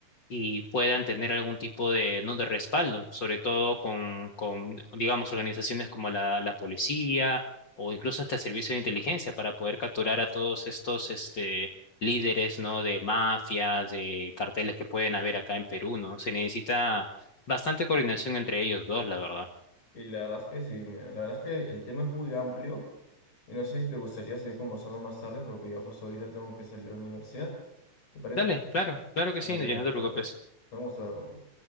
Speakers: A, on the left; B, on the left.
A: y puedan tener algún tipo de, ¿no? de respaldo, sobre todo con, con, digamos, organizaciones como la, la policía o incluso hasta el servicio de inteligencia para poder capturar a todos estos este, líderes, ¿no? de mafias, de carteles que pueden haber acá en Perú, ¿no? Se necesita bastante coordinación entre ellos dos, la verdad.
B: Y la verdad es que sí, mira, la verdad es que el tema es muy amplio y no sé si te gustaría seguir conversando más tarde porque yo justo ahorita tengo que salir a la universidad. ¿Te parece?
A: Dale, claro, claro que
B: Dale,
A: sí, no, ya
B: dale,
A: no te
B: Pablo.
A: preocupes.
B: Fue un gusto hablar contigo.